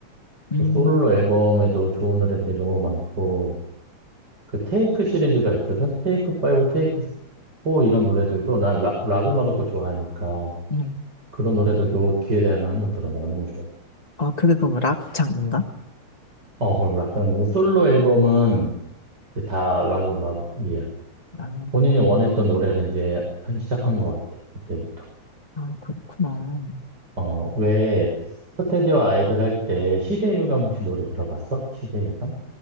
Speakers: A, on the left; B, on the right.
A: 음,
B: 뭐 솔로 앨범에도 좋은 노래들이 너무 많고, 그 테이크 시리즈가 있거든? 테이크 5, 테이크 4 이런 노래들도 난 락, 락 음악을 또 좋아하니까
A: 음.
B: 그런 노래들도 기회 되면 한번 들어봐. 너무 좋아.
A: 아, 그게 그럼 락 장르인가?
B: 어, 그럼 락, 그리고 솔로 앨범은 이제 다 락 음악이야.
A: 아,
B: 본인이 원했던 노래를 이제 하기 시작한 것 같아. 그때부터.
A: 아, 그렇구나.
B: 어, 왜 서태지와 아이들 할 때 시대유감 혹시 노래 들어봤어? 시대유감?